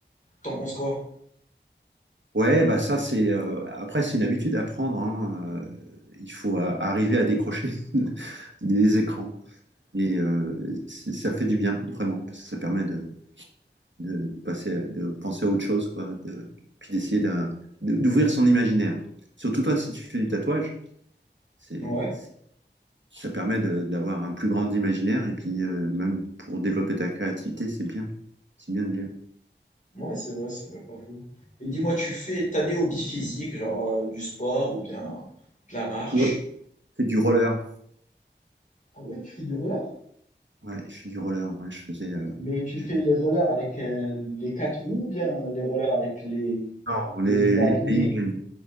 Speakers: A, on the left; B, on the right.
A: T'en penses quoi?
B: Ouais, bah ça, c'est. euh, après, c'est une habitude à prendre. hein. Euh, il faut euh, arriver à décrocher <laughs> des écrans. Et euh, c'est- ça fait du bien, vraiment, parce que ça permet de, de, de passer, de penser à autre chose, quoi, de- puis d'essayer d'un- de- d'ouvrir son imaginaire. Surtout toi, si tu fais du tatouage, c'est,
A: Ouais.
B: c'est- ça permet de- d'avoir un plus grand imaginaire, et puis euh, même pour développer ta créativité, c'est bien. C'est bien de lire.
A: Ouais, c'est vrai, c'est vrai, pas fou. Et dis-moi, tu fais, t'as des hobbies physiques, genre euh, du sport ou bien de la marche?
B: Ouais, je fais du roller.
A: Ah ouais, tu fais du roller?
B: Ouais, je fais du roller. Ouais, je faisais. euh,
A: Mais tu
B: j'ai-
A: fais les rollers avec euh, les quatre roues ou bien les rollers avec les,
B: non,
A: les
B: les,
A: roues alignées?
B: les inline,